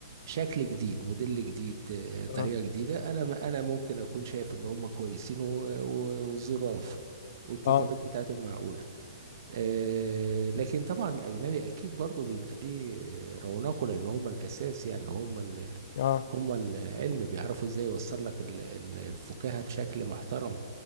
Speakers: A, on the right (about 55°); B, on the left (about 55°).
A: شكل جديد موديل جديد آه، طريقه
B: اه
A: جديده انا ما انا ممكن اكون شايف ان هم كويسين و- و- وظراف والكتابات
B: اه
A: بتاعتهم معقوله آه لكن طبعا الاجنبي اكيد برضه بيبقى ليه آه، رونقه لان هم الاساس يعني هم
B: اه
A: هما العلم بيعرفوا ازاي يوصل لك ال- ال- الفكاهة بشكل محترم